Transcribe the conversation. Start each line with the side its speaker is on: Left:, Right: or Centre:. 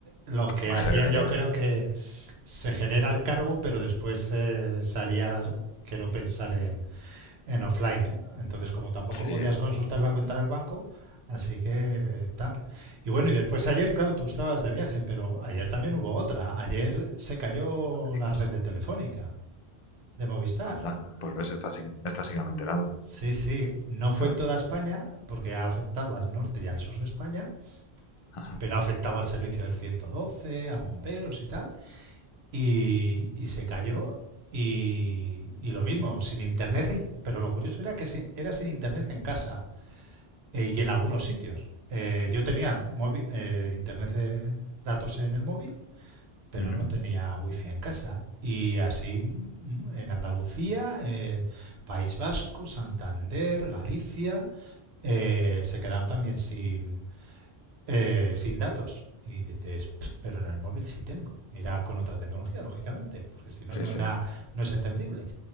Right: lo
Left: <laughs>
Right: que
Left: Magia
Right: hacían,
Left: gracias.
Right: yo creo que se genera el cargo, pero después eh, se haría, quiero pensar en, en offline. Entonces, como tampoco
Left: Sí,
Right: podías consultar la cuenta del banco, así que eh, tal. Y bueno, y después ayer, claro, tú estabas de viaje, pero ayer también hubo otra. Ayer se cayó
Left: digas,
Right: la red de Telefónica, de Movistar.
Left: anda, pues ves, esta sí, que- esta sí que no me he enterado,
Right: Sí, sí, no fue
Left: claro.
Right: en toda España, porque ha afectado al norte y al sur de España,
Left: Ajá.
Right: pero afectaba al servicio del 112, a bomberos y tal. Y, y se cayó y, y lo mismo, sin internet, en- pero lo curioso era que si- era sin internet en casa. Eh, y en algunos sitios. Eh, yo tenía móvil, eh, internet de datos en el móvil, pero
Left: Ujú.
Right: no tenía wifi en casa. Y así mm, en Andalucía, eh, País Vasco, Santander, Galicia, eh, se quedaron también sin, eh, sin datos. Y dices, pero en el móvil sí tengo. Irá con otra tecnología, lógicamente, porque si no,
Left: Sí,
Right: no, era,
Left: sí,
Right: no es entendible.